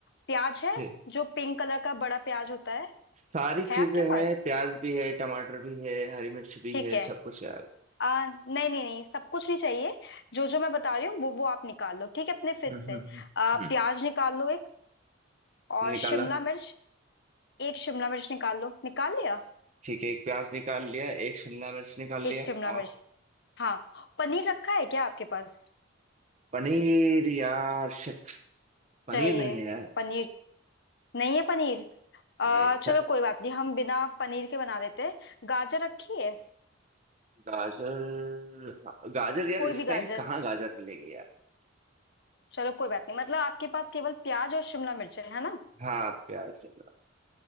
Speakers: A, on the left; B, on the right.
A: प्याज है
B: ठीक
A: जो पिंक कलर का बड़ा प्याज होता है
B: सारी
A: है
B: चीजें
A: आपके पास
B: हैं प्याज भी है टमाटर भी है हरी मिर्च भी
A: ठीक
B: है
A: है
B: सब कुछ है यार
A: आ, नहीं नहीं नहीं सब कुछ नहीं चाहिए जो जो मैं बता रही हूँ वो वो आप निकाल लो ठीक है अपने फ्रिज
B: हम्म
A: से
B: हम्म हम्म
A: आ, प्याज
B: हम्म।
A: निकाल लो एक और
B: निकाला
A: शिमला मिर्च एक शिमला मिर्च निकाल लो निकाल लिया
B: ठीक है एक प्याज निकाल लिया एक शिमला मिर्च निकाल लिया
A: एक शिमला मिर्च
B: और
A: हाँ पनीर रखा है क्या आपके पास
B: पनीर यार शिट पनीर
A: चाहिए
B: नहीं है यार
A: पनीर नहीं है पनीर आ,
B: नहीं
A: चलो कोई बात नहीं हम बिना पनीर के बना देते हैं गाजर रखी है
B: गाजर हाँ, गाजर यार
A: कोई भी
B: इस
A: गाजर
B: टाइम कहाँ गाजर मिलेगी यार
A: चलो कोई बात नहीं मतलब आपके पास केवल प्याज और शिमला मिर्च है है ना
B: हाँ प्याज है।